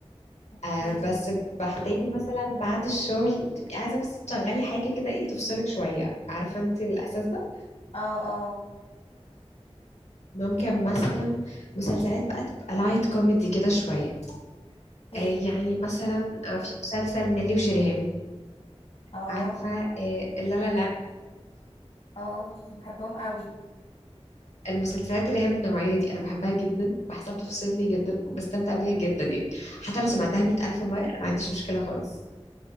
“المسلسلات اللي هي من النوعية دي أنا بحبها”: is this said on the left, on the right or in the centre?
Left